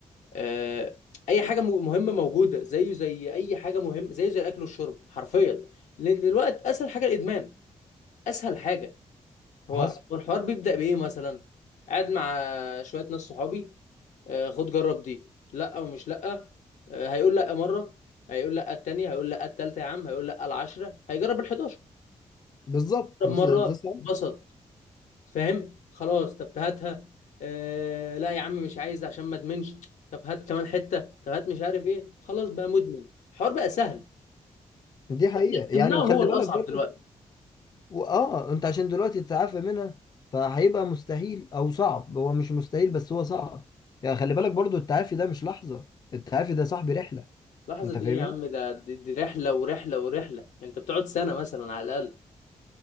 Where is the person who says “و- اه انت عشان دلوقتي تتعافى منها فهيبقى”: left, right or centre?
Left